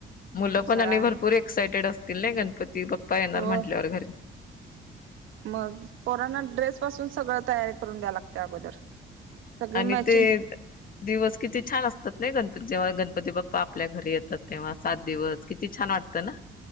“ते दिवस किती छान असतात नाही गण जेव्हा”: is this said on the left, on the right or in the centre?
Left